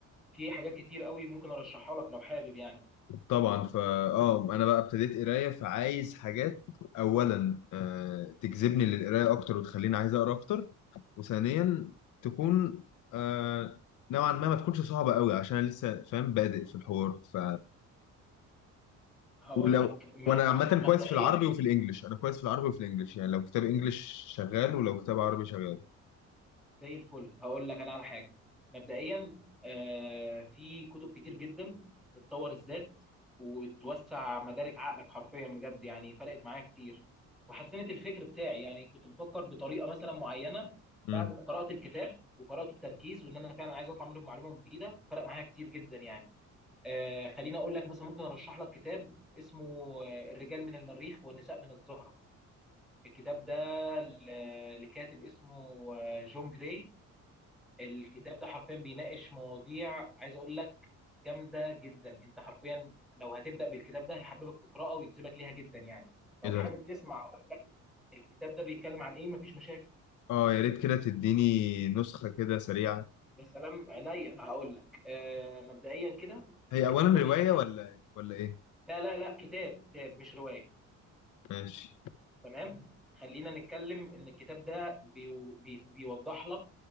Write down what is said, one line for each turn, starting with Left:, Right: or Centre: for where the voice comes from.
Centre: في حاجات كتير قوي ممكن ارشحها لك لو حابب يعني
Left: طبعا فا اه انا بقى ابتديت قرايه فعايز حاجات اولا آه تجذبني للقرايه اكتر وتخليني عايز اقرا اكتر وثانيا تكون آه نوعا ما ما تكونش صعبة قوي عشان انا لسه فاهم بادئ في الحوار ف
Centre: هقول
Left: ولو
Centre: لك م-
Left: وانا عامة
Centre: م- مبدئيا
Left: كويس في العربي وفي الانجليش انا كويس في العربي وفي الانجليش يعني لو كتاب انجليش شغال ولو كتاب عربي شغال
Centre: زي الفل هقول لك انا على حاجه مبدئيا آه، في كتب كتير جدا بتطور الذات وتوسع مدارك عقلك حرفيا بجد يعني فرقت معايا كتير وحسنت الفكر بتاعي يعني كنت بفكر بطريقه مثلا معينه
Left: امم
Centre: بعد ما قرات الكتاب وقراته بتركيز وان انا فعلا عايز اطلع منه بمعلومه مفيده فرق معايا كتير جدا يعني آه خليني اقول لك مثلا ممكن ارشح لك كتاب اسمه آه، الرجال من المريخ والنساء من الزهره الكتاب ده ل- لكاتب اسمه آه، جون جراي الكتاب ده حرفيا بيناقش مواضيع عايز اقول لك جامده جدا انت حرفيا لو هتبدا بالكتاب ده هيحببك في القراءه ويجذبك ليها جدا يعني لو
Left: ايه
Centre: حابب
Left: ده
Centre: تسمع أقول لك الكتاب ده بيتكلم عن ايه مفيش مشاكل
Left: اه يا ريت كده تديني نسخة كده سريعة
Centre: يا سلام عينيا هقول لك آه مبدئيا كده
Left: هي
Centre: الكتاب
Left: اولا
Centre: ده بيناقش
Left: رواية ولا ولا ايه
Centre: لا لا لا كتاب كتاب مش روايه
Left: ماشي
Centre: تمام خلينا نتكلم ان الكتاب ده بيو- بي بيوضح لك